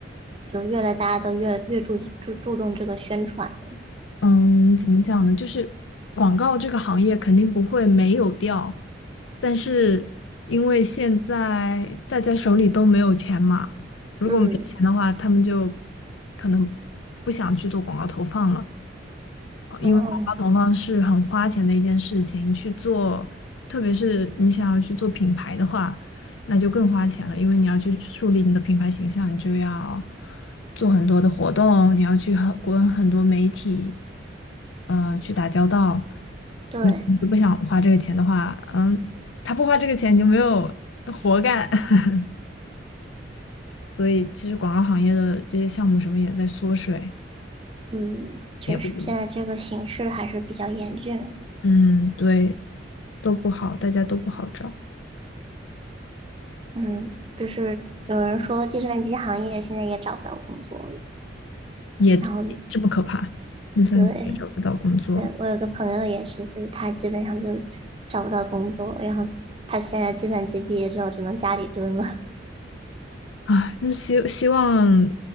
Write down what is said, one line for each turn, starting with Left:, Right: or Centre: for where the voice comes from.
Right: 就越来大家都越越注注注重这个宣传了。
Left: 嗯，怎么讲呢？就是广告这个行业肯定不会没有掉，但是因为现在大家手里都没有钱嘛，如果没钱的话，
Right: 嗯，
Left: 他们就可能不想去做广告投放了。因为广告投放是很花钱的一件事情，
Right: 哦，
Left: 去做，特别是你想要去做品牌的话，那就更花钱了，因为你要去树立你的品牌形象，你就要做很多的活动，你要去和跟很多媒体，呃，去打交道。
Right: 对。
Left: 那你不想花这个钱的话，嗯，他不花这个钱，你就没有活干。<laughs> 所以，其实广告行业的这些项目什么也在缩水，
Right: 嗯，确实，
Left: 也不景气。
Right: 现在这个形势还是比较严峻。
Left: 嗯，对。都不好，大家都不好找，
Right: 嗯，就是有人说计算机行业现在也找不到工作了。
Left: 也这么可怕，
Right: 然后，
Left: 那三级也找不到工作，
Right: 对对，我有个朋友也是，就是他基本上就找不到工作，然后他现在计算机毕业之后只能家里蹲了。
Left: 啊！就希希望